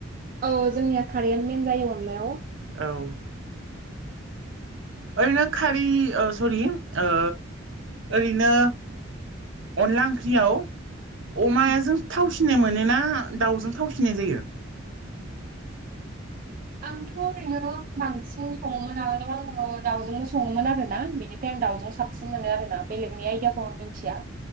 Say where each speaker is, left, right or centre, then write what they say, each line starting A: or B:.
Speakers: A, on the right; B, on the right.
A: औ जोंनिया खारैआानो मेन जायो अनलायाव
B: औ ओरैनो खारै ओ सरि ओ ओरैनो अनला ओंख्रियाव अमायाजों
A: उम
B: थावसिनाय मोनोना ना दाउजों थावसिननाय जायो
A: आंथ ओरैनो बांसिन सङोमोन आगोलाव आङो दाउजोंबो सङोमोन आरोना बेनि ओमफ्राय आं दाउजों साबसिन मोनो आरो ना बेलेगनि आइदियाखौ आं मिन्थिया